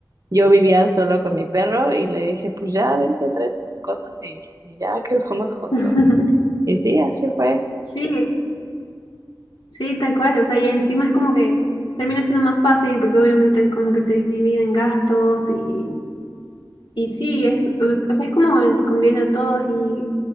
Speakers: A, on the right; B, on the left.
A: Yo vivía solo con mi perro y le dije, pues ya, vente, trae tus cosas y, y ya que <laughs> fuimos juntos.
B: <laughs>
A: Y sí, así fue.
B: Sí, sí, tal cual, o sea, y encima es como que termina siendo más fácil porque obviamente como que se dividen gastos y, y sí, es, o sea, es como el- conviene a todos y